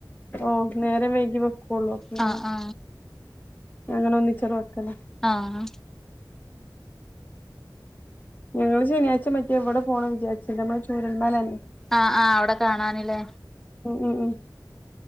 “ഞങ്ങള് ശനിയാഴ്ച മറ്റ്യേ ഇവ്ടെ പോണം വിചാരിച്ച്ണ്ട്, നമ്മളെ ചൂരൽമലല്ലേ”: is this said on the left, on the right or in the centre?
Left